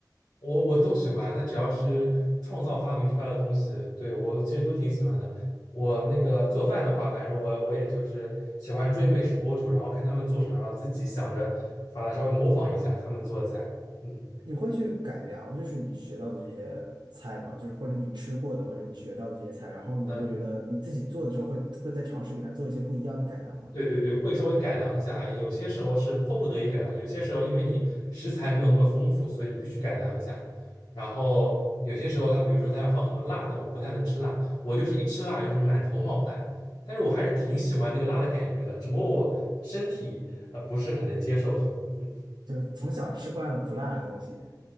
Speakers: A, on the left (about 60°); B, on the right (about 85°).
A: 我我都喜欢，它只要是创造发明出来的东西，对，我其实都挺喜欢的。我那个做饭的话，反正我我也就是喜欢追美食博主，然后看他们做什么，然后自己想着法子稍微模仿一下他们做的菜。嗯
B: 你会去改良，就是你学到的这些菜嘛，就是或者你吃过的，或者你学到的这些菜，然后你会觉得你自己做的时候会会再尝试给它做一些不一样的改良吗？
A: 嗯。对对对，会稍微改良一下，有些时候是迫不得已改良，有些时候因为你食材没有那么丰富，所以你必须改良一下。然后有些时候它，比如说它要放很多辣，但我不太能吃辣，我就是一吃辣就是满头冒汗，但是我还是挺喜欢那个辣的感觉的，只不过我身体呃不是很能接受，<laughs> 嗯
B: 就是从小吃惯了不辣的东西